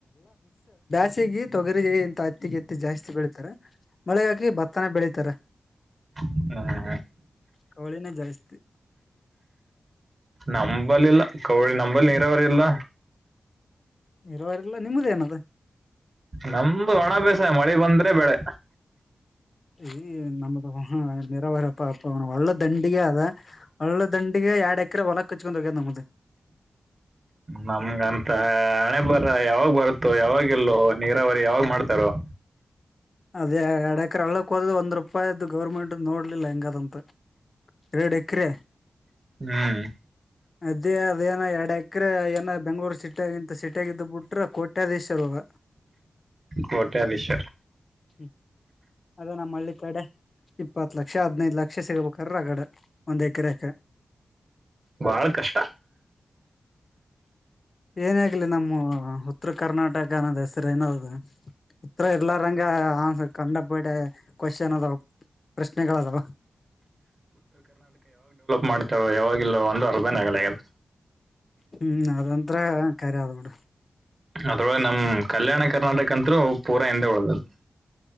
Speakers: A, on the left (about 45°); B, on the right (about 40°).
A: ಹೆಚ್ಚಿಗ್ಗಿ ತೊಗರಿ ಇಂತ ಅ ಹತ್ತಿ ಗಿತ್ತಿ ಜಾಸ್ತಿ ಬೆಳೀಿತಾರ ಮಳೆಗ ಹಾಕಿ ಭತ್ತನ ಬೆಳಿತಾರೆ
B: ಹ
A: ಕವಳಿನ ಜಾಸ್ತಿ
B: ನಂಬಲ್ಲಿಲ್ಲ ಕೌಳಿ ನಂಬಲ್ಲಿ ನೀರಾವರಿ ಇಲ್ಲ
A: ನೀರಾವರಿಲ್ಲ ನಿಮ್ದ ಏನದ
B: ನಮ್ದು ಒಣಭ್ಯಾಸ ಮಾಡ ಮಳೆ ಬಂದ್ರೆ ಬೆಳೆ
A: ಹ್ಮ್ ಈ ನಮ್ದು ನಿರಾವರಪ್ಪ ಅಪ್ಪ ಒಳ್ಳ ದಂಡಿಗೆ ಅದ ಒಳ್ಳ ದಂಡಿಗೆ ಎರಡ್ ಎಕರೆ ಹೊಲ ಹಚ್ಕೊಂಡ್ ಹೋಗ್ಯದ ನಮ್ದ
B: ನಮ್ಗಂತ ಹಣೆ ಬರ ಯಾವಾಗ ಬರುತ್ತೋ ಯಾವಾಗ ಇಲ್ಲೋ ನೀರಾವರಿ ಯಾವಾಗ್ ಮಾಡ್ತಾರ ಹ
A: ಅದೇ ಎರಡ್ ಎಕರೆ ಹೊಲಕ್ಕ ಹೋದ ಒಂದ್ ರೂಪಾಯಿ್ದು ಗೌರ್ಮೆಂಟ್ ನೋಡ್ಲಿಲ್ಲ ಹೆಂಗದಂತ ಎರಡ್ ಎಕರೆ
B: ಹ್ಮ್
A: ಅದೇ ಅದೇನ ಎರಡ್ ಎಕರೆ ಏನ ಬೆಂಗಳೂರು ಸಿಟಿಗಂತ ಸಿಟಿಯಾಗಿದ್ದ ಬಿಟ್ರೆ ಕೋಟ್ಯ ದೇಶರ್ಾಗ
B: ಕೋಟ್ಯಾಧೀಶ
A: ಹ್ಮ್ ಅದ ನಮ್ಮ ಹಳ್ಳಿ ಕಡೆ ಇಪ್ಪತ್ ಲಕ್ಷ ಹದ್ನೈದ್ ಲಕ್ಷ ಸಿಗಬೇಕಾರ ರಗಡ ಒಂದ್ ಎಕರೆಕ
B: ಬಾಳ್ ಕಷ್ಟ
A: ಏನ ಆಗ್ಲಿ ನಮ್ಮ ಉತ್ತರ ಕರ್ನಾಟಕ ಅನ್ನೋದೆಸ ಸರನಾದ ಉತ್ತರ ಇರ್ಲಾರಂಗ ಕಂಡ ಬೇಡ ಕ್ವಶನ್ ಅದಾವ ಪ್ರಶ್ನೆಗಳ ಅದಾವ
B: ಮಾಡ್ತಾರ ಯಾವಾಗಿಲ್ಲೋ ಒಂದು ಅರ್ಥನೇ ಆಗ್ಯದ
A: ಹ್ಮ್ ಅದಂತತ್ರ ಕರಿ ಆದ್ ಬಿಡು
B: ಅದ್ರೊಳ ನಮ್ ಕಲ್ಯಾಣ ಕರ್ನಾಟಕ ಅಂತರು ಪೂರ ಹಿಂದು ಒಳ್ಳದದು